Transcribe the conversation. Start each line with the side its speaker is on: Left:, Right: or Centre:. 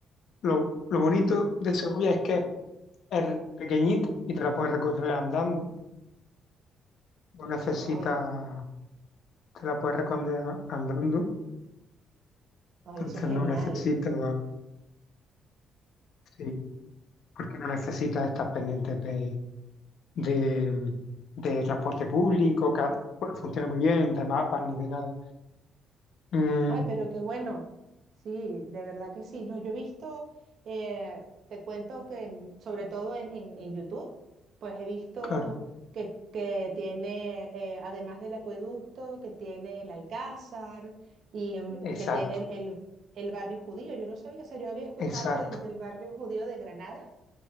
Left: Lo, lo bonito de Segovia es que es pequeñito y te la puedes recorrer andando. No necesitas,
Right: Ay,
Left: te la puedes recorrer andando.
Right: ay,
Left: Entonces
Right: eso es genial.
Left: no necesitas, sí, porque no necesitas estar pendientes de, de, de transporte público, que bueno, funciona muy bien, de mapas ni de nada. Mm,
Right: Ay, pero qué bueno. Sí, de verdad que sí. No, yo he visto, eh, te cuento que en- sobre todo en, en- en YouTube, pues he visto
Left: claro,
Right: que, que tiene, eh, además del acueducto, que tiene el Alcázar y mm,
Left: exacto,
Right: que tiene el, el- el barrio judío. Yo no sabía, o sea, yo había escuchado
Left: exacto.
Right: del, del barrio judío de Granada,